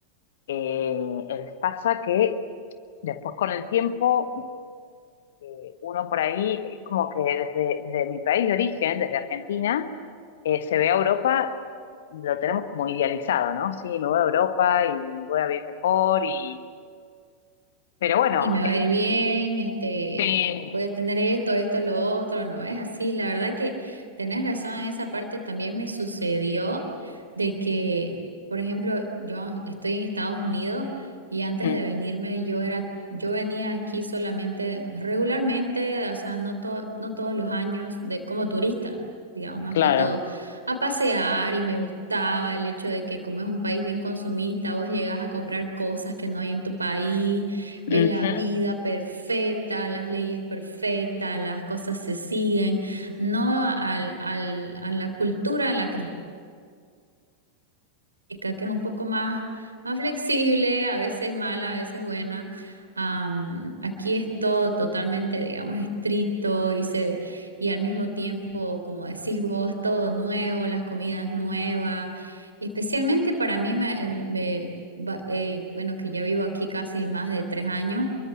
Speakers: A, on the left (about 60°); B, on the right (about 80°).
A: Eh, el- pasa que después con el tiempo, eh, uno por ahí es como que desde, desde mi país de origen, desde Argentina, eh, se ve a Europa y lo tenemos como idealizado, ¿no? Sí, me voy a Europa y voy a vivir mejor y... Pero bueno,
B: y me va a ir bien, este,
A: este...
B: voy a tener esto, esto, lo otro, no es así. La verdad que tenés razón en esa parte, también me sucedió de que, por ejemplo, yo estoy en Estados Unidos y antes
A: Mm,
B: de venirme yo era, yo venía aquí solamente regularmente, o sea, no to- no todos los años de como turista. digamos más
A: Claro.
B: que todo, a pasear y me gustaba el hecho de que como es un país bien consumista, vos llegás a comprar cosas que no hay en tu país, ves
A: Ujú,
B: la vida perfecta, las leyes perfectas, las cosas se siguen, no al, al- a la cultura en la que chica, que es un poco más, más flexible, a veces mala, a veces buena. Am, aquí es todo totalmente, digamos, estricto y, se, y al mismo tiempo, como decís vos, todo nuevo, las comidas nuevas. Especialmente para mí, me, em, me- va- eh, bueno, que ya vivo aquí casi más de tres años,